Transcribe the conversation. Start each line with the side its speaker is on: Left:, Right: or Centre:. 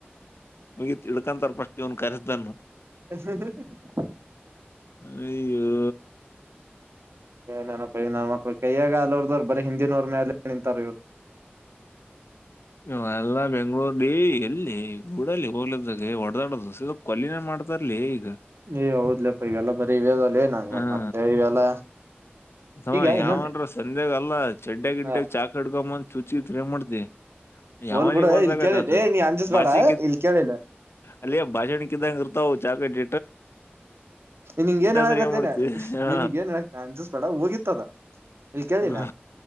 Left: ಹೋಗಿ ತಿಳ್ಕಂತಾನ ಫಸ್ಟ್ ಇವ್ನ್ ಕರಿಸಿದವನ್
Right: ಹಾ.. ಹಾ..
Left: ಆಯೋ..
Right: ನಮಪ್ಪ ಕೈಯ್ಯಾಗ ಆಗಲಾರದವರು ಬರೇ ಹಿಂದಿನವ್ರ ಮೇಲೆ ನಿಂತಾರ ಇವ್ರು <inaudible>
Left: ಇವೆಲ್ಲಾ ಎಲ್ಲಾ ಬೆಂಗಳೂರ್ಲ್ಲಿ ಎಲ್ಲಿ ಬಿಡಲ್ಲಿ ಹೋಗಲೇ ಆಚಕ ಎನ್ನಡದ ಸಿದ ಅಲ್ಲಿ ಕೊಲೆನೇ ಮಾಡ್ತಾರಲೇ ಈಗ
Right: ಏ ಹೌದ್ಲಪ್ಪ ಇವೆಲ್ಲ ಬರ ಇವೆಲ್ಲಲ್ಲ
Left: ಹಾ
Right: ಇವೆಲ್ಲಾ
Left: ತಮ್ಮ
Right: ಈಗ ಇನ್ನೊಂದ
Left: ಯಾವನಾದ್ರು ಸಂಧ್ಯಾಗ ಅಲ್ಲ ಚಡ್ಯಾಗ್ ಗಿಡ್ಡೆಗ್
Right: ಹ
Left: ಚಾಕ್ ಇಡ್ಕೊಂಬಂದ ಚುಚ್ಚಿದರ್ ಏನ್ ಮಾಡ್ತಿ ಯಾವನಿ
Right: ಹೋಲ್ ಬಿಡ
Left: ಬಂದಾಗ
Right: ಇಲ್ ಕೇಳಿಲ್ಲ
Left: ಅ
Right: ಏ ನೀ ಅಂಜಸ್ಬೇಡ
Left: ಬಾಚಿ
Right: ಇಲ್ ಕೇಳಿಲ್ಲ
Left: ಅಲ್ಲ ಭಾಷಣಕಿದಂಗ ಇರ್ತ ಅಲ್ಲಾ ಲೇ ಹೌ ಚಕಟ್
Right: ನೀನ್ಗ ಏನ್ ಹೇಳ
Left: ಅಂದ್ರೆ
Right: ಕತೀನಿ
Left: ಮಾಡ್ತಿ
Right: ಅಸ್ಬೇಡ
Left: ಹಾ
Right: ಬೇಡ ಕೋಡ ಹೋಗಿತ್ತದ ಇಲ್ಲಿ ಕೇಳಿಲ್ಲ
Left: ಹಾ.